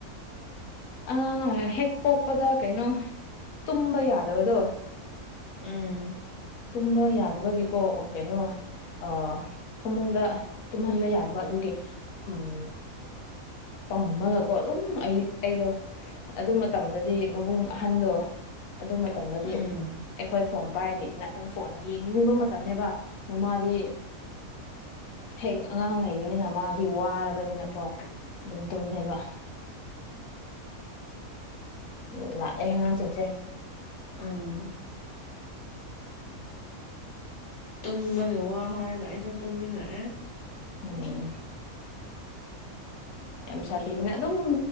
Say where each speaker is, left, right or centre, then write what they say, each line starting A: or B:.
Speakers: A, on the left; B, on the left.
A: ꯑꯉꯥꯡ ꯑꯃ ꯍꯦꯛ ꯄꯣꯛꯄꯗ ꯀꯩꯅꯣ ꯇꯨꯝꯕ ꯌꯥꯗꯕꯗꯣ
B: ꯎꯝ
A: ꯇꯨꯝꯕ ꯌꯥꯗꯕꯒꯤꯀꯣ ꯑꯣ ꯀꯩꯅꯣ ꯑꯥ ꯐꯃꯨꯡꯗ ꯇꯨꯝꯍꯟꯕ ꯌꯥꯗꯕ ꯑꯗꯨꯒꯤ ꯎꯝ ꯄꯝꯃꯒꯀꯣ ꯑꯗꯨꯝ ꯑꯩ ꯑꯩꯗꯣ ꯑꯗꯨ ꯃꯇꯝꯗꯗꯤ ꯃꯕꯨꯡ ꯑꯍꯟꯗꯣ ꯑꯗꯨ ꯃꯇꯝꯗꯗꯤ
B: ꯎꯝ
A: ꯑꯩꯈꯣꯏ ꯐꯣꯟ ꯚꯥꯔꯗꯦꯅꯤꯅ ꯑꯗꯨꯝ ꯐꯣꯟ ꯌꯦꯡꯅꯤꯡꯕ ꯃꯇꯝꯅꯦꯕ ꯃꯃꯥꯗꯤ ꯍꯦꯛ ꯑꯉꯥꯡ ꯂꯩꯕꯅꯤꯅ ꯃꯥꯗꯤ ꯋꯥꯔꯕꯅꯤꯅꯀꯣ ꯑꯗꯨꯝ ꯇꯨꯝꯃꯦꯕ ꯎ ꯂꯥꯛꯑꯦ ꯑꯉꯥꯡ ꯁꯤꯡꯁꯦ
B: ꯎꯝ ꯇꯨꯝꯕꯒꯤ ꯋꯥ ꯍꯥꯏꯔꯒ ꯑꯩꯁꯨ ꯇꯨꯝꯅꯤꯡ ꯉꯛꯑꯦ
A: ꯎꯝ ꯌꯥꯝ ꯁꯥꯊꯤꯕꯅꯦ ꯑꯗꯨꯝ